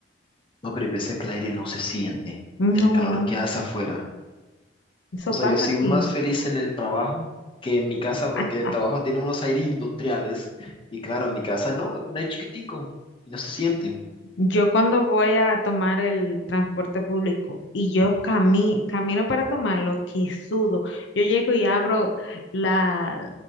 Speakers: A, on the left; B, on the left.
A: No, pero hay veces que el aire no se siente, el
B: No,
A: calor que hace afuera.
B: eso
A: O sea,
B: pasa
A: yo soy
B: aquí.
A: más feliz en el trabajo que en mi casa porque
B: Ah,
A: el trabajo tiene unos aires industriales. Y claro, en mi casa no, es un aire chiquitico y no se siente.
B: Yo cuando voy a tomar el transporte público y yo cami- camino para tomarlo, que sudo. Yo llego y abro la,